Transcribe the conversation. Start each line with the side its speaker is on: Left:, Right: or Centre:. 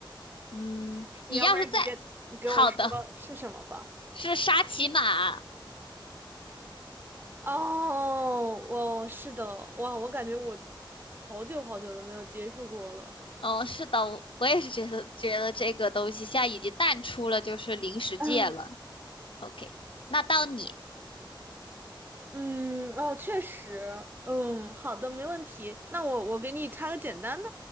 Left: 嗯，
Right: 你要不然直接你给我说是什么吧。
Left: 你要是再好的。是沙琪玛。
Right: 哦，哇，是的，哇，我感觉我好久好久都没有接触过了。
Left: 哦，是的，我我也是觉得觉得这个东西现在已经淡出了就是零食界了。
Right: 嗯，
Left: OK，那到你，
Right: 嗯哦，确实，嗯，好的，没问题。那我我给你插个简单的，